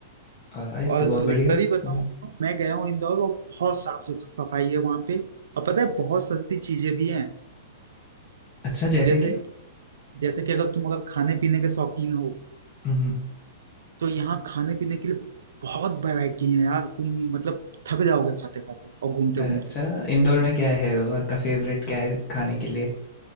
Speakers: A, on the left; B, on the right.
A: आ, ये
B: और
A: तो बहुत बढ़िया
B: लिटरली
A: है
B: बताऊं
A: हम्म,
B: तो मैं गया हूँ इंदौर और बहुत साफ सुथ- सफाई है वहाँ पे और पता है बहुत सस्ती चीजें भी हैं
A: अच्छा जैसे
B: जैसे
A: कि
B: जैसे कि अगर तुम अगर खाने पीने के शौकीन हो
A: हम्म
B: तो यहाँ खाने पीने के लिए बहुत वैरायटी है यार तुम मतलब थक जाओगे खाते खाते और घूमते
A: अरे,
B: घूमते
A: अच्छा इंडोर में क्या है वहाँ का फेवरेट क्या है खाने के लिए